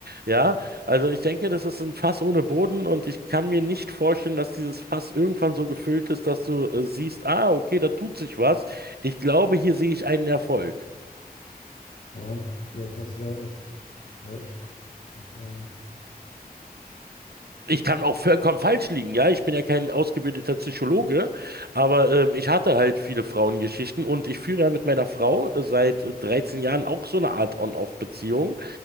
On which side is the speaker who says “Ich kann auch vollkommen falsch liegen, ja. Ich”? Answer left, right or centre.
Right